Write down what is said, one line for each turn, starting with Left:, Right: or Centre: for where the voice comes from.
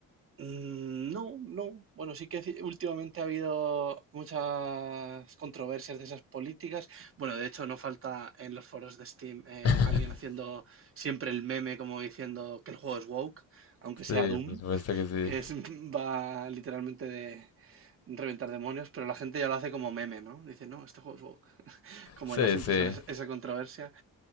Right: Mm, No, no. Bueno, sí que ci- últimamente ha habido muchas controversias de esas políticas. Bueno, de hecho, no falta en los foros de Steam eh,
Left: <laughs>
Right: alguien haciendo siempre el meme como diciendo que el juego es woke, aunque sea
Left: Sí,
Right: Doom,
Left: por supuesto que sí.
Right: que es, <laughs> va literalmente de reventar demonios, pero la gente ya lo hace como meme, ¿no? Dice, no, este juego es woke. <laughs> Como
Left: Sí,
Right: ya siempre
Left: sí.
Right: sale esa esa controversia,